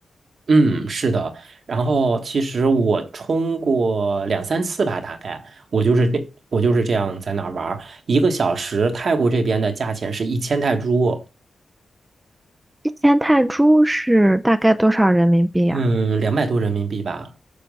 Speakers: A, on the right; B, on the right.
A: 嗯，是的。然后其实我冲过两三次吧，大概我就是这，我就是这样在那儿玩儿，一个小时，泰国这边的价钱是一千泰铢，
B: 一千泰铢是大概多少人民币呀？
A: 嗯，两百多人民币吧。